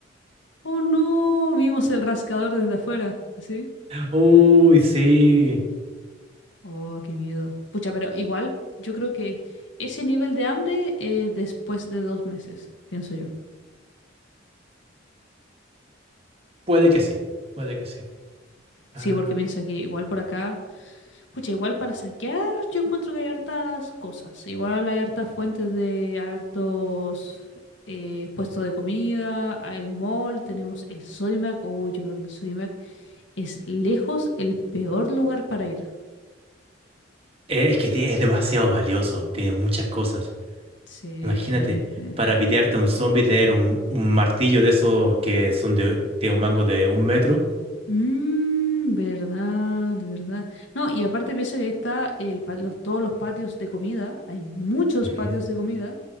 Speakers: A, on the left; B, on the right.
A: Oh no, vimos el rascador desde afuera, así.
B: Uy, sí.
A: Oh, qué miedo. Pucha, pero igual yo creo que ese nivel de hambre eh, después de dos meses, pienso yo.
B: Puede que sí, puede que sí. Ah.
A: Sí, porque piensa que igual por acá, pucha, igual para saquear yo encuentro que hay hartas cosas. Igual hay hartas fuentes de, hay hartos eh, puestos de comida, hay el mall, tenemos el Sodimac. Uy, yo creo que el Sodimac es lejos el peor lugar para ir.
B: Es que te- es demasiado valioso, tiene muchas cosas.
A: Sí,
B: Imagínate,
A: sí.
B: para pitearte a un zombie, tener un, un martillo de esos que son de, de un mango de un metro.
A: Mmm, verdad, verdad. No, y aparte piensa que ahí está el, pa- los, todos los patios de comida, hay muchos
B: Ujú,
A: patios de comida,